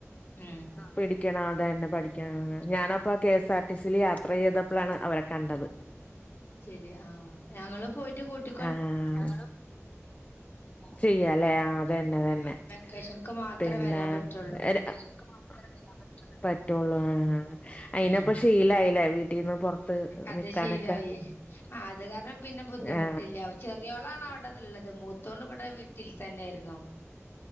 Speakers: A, on the left; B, on the left.
A: ഉം
B: പിടിക്കണം അതെ തന്നെ പഠിക്കണം ഞാനപ്പ കെഎസ് ആർ ടിസില് യാത്ര ചെയ്തപ്പോളാണ് അവരെ കണ്ടത്
A: ശരി ആഹ് ഞങ്ങള് പോയിട്ട് കൂട്ടി
B: ആഹ് ചെയ്യല്ലേ ആഹ് തന്നെ തന്നെ
A: ആഹ് വെക്കേഷൻക്ക് മാത്രേ
B: പിന്നെ
A: വരാൻ പറ്റുള്ളൂ
B: <unintelligible> പറ്റുള്ളൂ ആഹ് അയിനപ്പ
A: ഉം
B: ശീലായില്ലേ വീട്ടിൽന്ന്
A: അത്
B: നിക്കാനൊക്കെ
A: ശീലായി ആ അത് കാരണം പിന്നെ ബുദ്ധിമുട്ടില്ല
B: ആ
A: ചെറിയോളാണ് അവിടെന്നുള്ളത് മൂത്തോള ഇവിടെ വീട്ടിൽ തന്നെയായിയിരുന്നു